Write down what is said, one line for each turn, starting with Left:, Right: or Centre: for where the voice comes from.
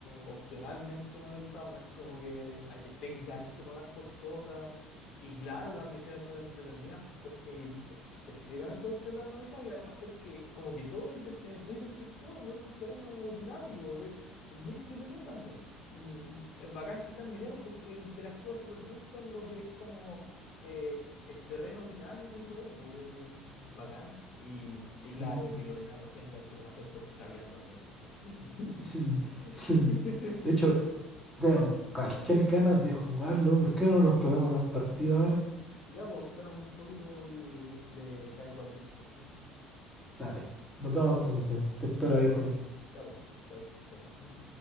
Left: opcionalmente monetizado, no es como que hay- tengáis que pagar por cosas. Y claro, las misiones son entretenidas, pues, porque, y específicamente porque es randomizado y además porque como que todo es de- eh, podéis destruir todo, pues, es un terreno dinámico, eh, es, muy entretenido también. Y es bacán que sean mineros porque interactúa súper bien con lo que es como eh, el terreno dinámico y todo, pues, eh, es bacán. Y, y
Centre: Sí,
Left: claro,
Centre: sí,
Left: que los enanos tengan como un acento australiano también es chistoso. <laughs>
Centre: sí, sí, sí. De hecho, tengo cualquier ganas de jugarlo, ¿por qué no nos pegamos una partida ahora?
Left: Ya, pues, espera un poquito y le caigo al Discord. ¿m?
Centre: Dale, nos vemos
Left: Ya,
Centre: entonces. Te espero ahí, Juanita.
Left: ya, pues, te aviso. Chao, chao. ¿m?